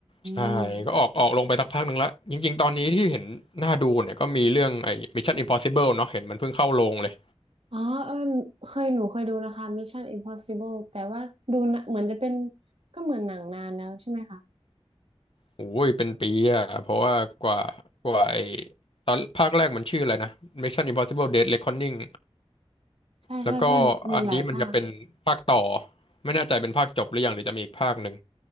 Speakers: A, on the left; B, on the right.
A: ใช่ก็ออกออกลงไปสักพักหนึ่งและจริงๆตอนนี้ที่เห็นน่าดูเนี่ยก็มีเรื่องไอ้
B: ม
A: Mission Impossible เนาะเห็นมันเพิ่งเข้าโรงเลย
B: อ๋อเออเคยหนูเคยดูนะคะ Mission Impossible แต่ว่าดูนะเหมือนจะเป็นก็เหมือนหนังนานแล้วใช่ไหมคะ
A: โอ้ยเป็นปีอะเพราะว่ากว่ากว่าไอ้ตอนภาคแรกมันชื่ออะไรนะ Mission Impossible Dead Reckoning
B: ใช่ใช่ใช่มีหลายภาค
A: แล้วก็อันนี้มันจะเป็นภาคต่อไม่แน่ใจเป็นภาคจบหรือยังหรือจะมีอีกภาคหนึ่ง